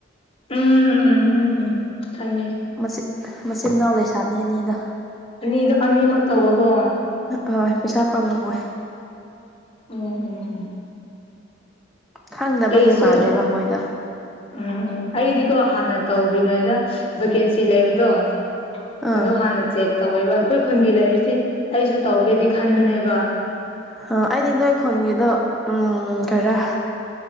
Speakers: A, on the left (about 30°); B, in the centre.
A: ꯎꯝ ꯎꯝ ꯎꯝ ꯎꯝ ꯎꯝ ꯈꯪꯉꯦ
B: ꯃꯆ ꯃꯆꯤꯟ ꯃꯅꯥꯎ ꯂꯩꯁꯥꯕꯤ ꯑꯅꯤꯗ
A: ꯑꯅꯤꯗꯣ ꯑꯅꯤꯃꯛ ꯇꯧꯕꯒꯣ
B: ꯍꯣꯏ ꯄꯩꯁꯥ ꯄꯥꯝꯃꯋꯦ
A: ꯎꯝ ꯎꯝ
B: ꯈꯪꯗꯕꯒꯤ
A: ꯑꯩꯁꯨ
B: ꯃꯥꯜꯂꯦꯕ ꯃꯣꯏꯗ
A: ꯎꯝ ꯎꯝ ꯑꯩꯗꯤꯀꯣ ꯍꯥꯟꯅ ꯇꯧꯔꯤꯉꯩꯗ ꯚꯦꯀꯦꯟꯁꯤ ꯂꯩꯕꯗꯣ
B: ꯑꯥ
A: ꯑꯗꯨ ꯍꯥꯟꯅ ꯆꯦꯛ ꯇꯧꯋꯦꯕ ꯑꯩꯈꯣꯏ ꯈꯨꯟꯒꯤ ꯂꯥꯏꯔꯤꯛꯁꯤ ꯑꯩꯁꯨ ꯇꯧꯒꯦꯗꯤ ꯈꯟꯕꯅꯦꯕ
B: ꯑꯣ ꯑꯩꯗꯤ ꯅꯣꯏ ꯈꯨꯟꯒꯤꯗꯣ ꯎꯝ ꯈꯔ